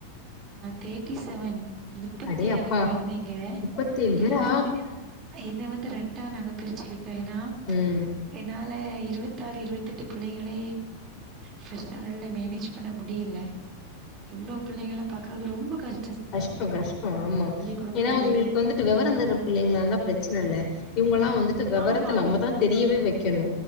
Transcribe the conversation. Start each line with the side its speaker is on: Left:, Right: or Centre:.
Right: தேர்ட்டி செவன் முப்பதேழு
Left: அடே அப்பா
Right: கொழந்தைங்க
Left: முப்பத்தேழு பேரா
Right: இது வந்து இப் இத வந்து ரெண்டா நாங்க பிரிச்சுக்கிட் டேனா
Left: ம் ம்
Right: ஏன அதுல இருவத்தாறு இருவத்தெட்டு பிள்ளைங்ள ஃபர்ஸ்ட் ஸ்டாண்டர்டடுல மேனேஜ் பண்ண முடியல இவ்ளோ புள்ளைங்கல பாக் து ரொம்ப கஷ்
Left: கஷ்டொம் கஷ்டொம் ஆமா
Right: குடுக்குறது
Left: ஏனா உங்ளுக்கு வந்துட்டு வெவரம் தெர்ற பிள்ளைங்களாந்தா பிரச்சனல்ல இவுங்களாம் வந்துட்டு வெவரத்த
Right: ஆமா
Left: நம்மதான் தெரியவே வைக்கணு